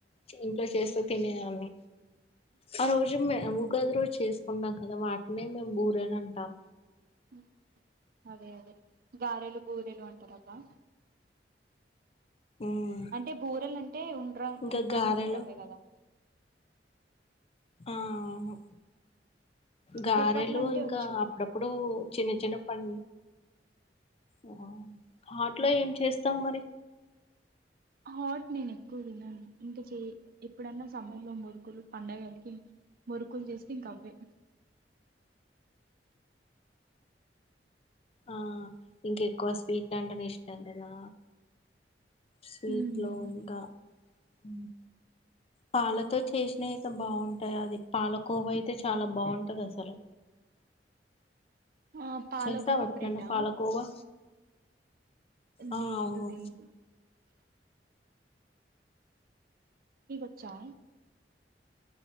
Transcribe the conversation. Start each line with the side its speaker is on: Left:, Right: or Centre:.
Left: ఇంట్లో చేస్తే తినేదాన్ని. ఆ రోజు మే ఉప్ గది రోజ్ చేసుకున్నా కదా వాటినే మేం బూరేలంటాం
Right: హుమ్మ్ అదే అదే గారెలు బూరెలు అంటారబ్బా
Left: మ్మ్
Right: అంటే బూరెలంటే ఉండ్రాంగ్
Left: ఇంకా
Right: ఉండ్రాంగ్
Left: గారెలు
Right: ఉంటాయి అవే కదా
Left: ఆ అవును గారెలు
Right: బొబ్బట్లు అంటే
Left: ఇంకా
Right: వచ్చు
Left: అప్పుడప్పుడు చిన్న చిన్నప్పన్ ఆ హాట్లో ఏం చేస్ తావ్ మరి
Right: హాట్ నేన్ ఎక్కువ తన్నాను ఇంకా చే ఎప్పుడన్నా సమ్మర్ లో మురుగులు పండగల్కి మురుకుల్ చేస్తే ఇంకవ్వే
Left: ఆ ఇంకెక్కువ స్వీట్ అంటనే ఇష్టం కదా స్వీట్లోంగ
Right: హ్మ్
Left: మ్ పాలతో చేసినయ్తే బాగుంటాయి అది పాలకోవ అయితే చాలా బాగుంటది అసలు
Right: ఆ పాలకోవ
Left: చేసావా ఎప్పుడన్నా
Right: బ్రెడ్డా
Left: పాలకోవా ఆ
Right: లేదు
Left: అవును
Right: లేదు నికోచ్చా